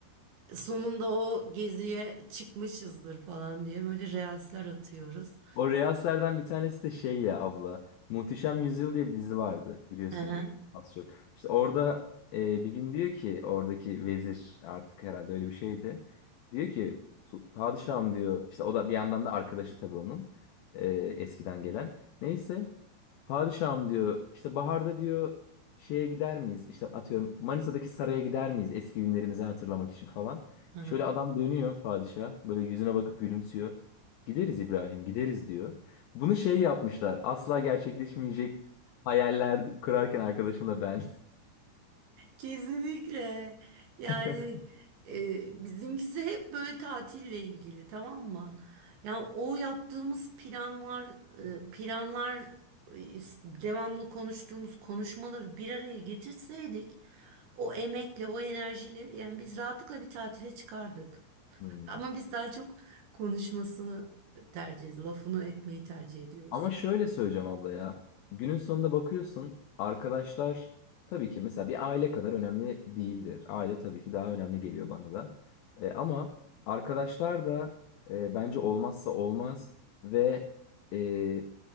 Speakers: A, on the right; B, on the left.
A: sonunda o geziye çıkmışızdır falan diye böyle reelsler atıyoruz.
B: O Reels'lerden bir tanesi de şey ya abla. Muhteşem Yüzyıl diye bir dizi vardı biliyorsundur
A: Hı hı,
B: az çok. İşte orada e, bir gün diyor ki oradaki vezir artık herhalde öyle bir şeydi. Diyor ki "Su- padişahım diyor işte o da bir yandan da arkadaşı tabii onun e, eskiden gelen. Neyse Padişahım diyor işte baharda diyor şeye gider miyiz? İşte atıyorum Manisa'daki saraya gider miyiz eski günlerimizi hatırlamak için falan.
A: hı hı.
B: Şöyle adam dönüyor padişah böyle yüzüne bakıp gülümsüyor. Gideriz İbrahim gideriz diyor. Bunu şey yapmışlar asla gerçekleşmeyecek hayaller kurarken arkadaşımla ben.
A: Kesinlikle. Yani
B: <laughs>
A: e, bizimkisi hep böyle tatille ilgili tamam mı? Yani o yaptığımız planlar, e, planlar e, devamlı konuştuğumuz konuşmaları bir araya getirseydik o emekle, o enerjiyle yani biz rahatlıkla bir tatile çıkardık.
B: Hmm.
A: Ama biz daha çok konuşmasını tercih ediyoruz. Lafını etmeyi tercih ediyoruz.
B: Ama şöyle söyleyeceğim abla ya. Günün sonunda bakıyorsun arkadaşlar tabii ki mesela bir aile kadar önemli değildir. Aile tabii ki daha önemli geliyor bana da. E, ama arkadaşlar da e, bence olmazsa olmaz ve e,